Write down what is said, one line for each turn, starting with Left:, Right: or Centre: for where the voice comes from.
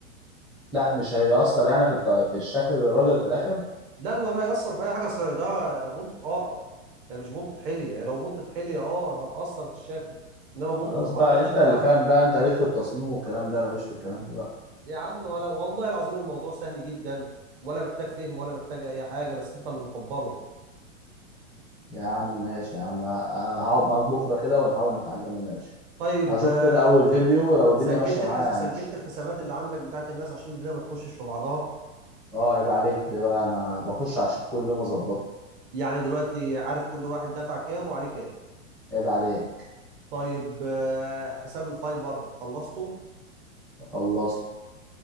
Centre: لا مش هيأثر يعني في الط... في الشكل للراجل في الاخر
Right: لا ولا هيأثر في اي حاجه اصل ده بونت اتقطع يعني مش بونت حلي يعني لو بونت حلي اه هتأثر في الشكل انما بونت
Centre: خلاص
Right: القطع
Centre: بقى
Right: مش
Centre: انت
Right: هتزعل
Centre: اللي فاهم بقى انت ليك في التصميم والكلام ده انا مش في الكلام ده بقى
Right: يا عم ولا والله العظيم الموضوع سهل جدا ولا محتاج فهم ولا محتاج اي حاجه بس انت اللي مكبره
Centre: يا عم ماشي يا عم آه، هقعد معاك بكرة كده ونحاول نتعلمه ماشي
Right: طيب
Centre: هشوف
Right: آه،
Centre: كده أول فيديو لو الدنيا
Right: سجلت
Centre: ماشية معايا
Right: الحس... سجلت
Centre: همشي
Right: الحسابات اللي عندك بتاعت الناس عشان الدنيا ما تخشش في بعضها
Centre: اه عيب عليك ده بقى أنا بخش على الشيت كل يوم أظبطه
Right: يعني دلوقتي عارف كل واحد دفع كام وعليه كام
Centre: عيب عليك
Right: طيب آه، حساب الفايبر خلصته
Centre: خلصت